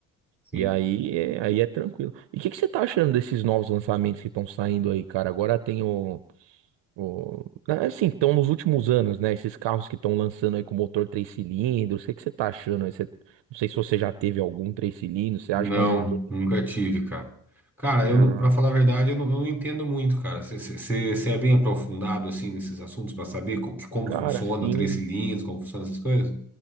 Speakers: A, in the centre; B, on the right.
A: sim.
B: E aí é, aí é tranquilo. E o que, que você tá achando desses novos lançamentos que estão saindo aí, cara? Agora tem o, o... ah, Assim, estão nos últimos anos, né? Esses carros que estão lançando aí com motor três cilindros. O que, que você tá achando aí? Você... Não sei se você já teve algum três cilindros. Você
A: Não,
B: acha que é um motor...
A: nunca tive, cara. Cara, eu,
B: Ah,
A: não- pra falar a verdade, eu não, eu não entendo muito, cara. Você é bem aprofundado, assim, nesses assuntos pra saber co- que- como
B: cara,
A: funciona
B: sim.
A: o três cilindros, como funcionam essas coisas?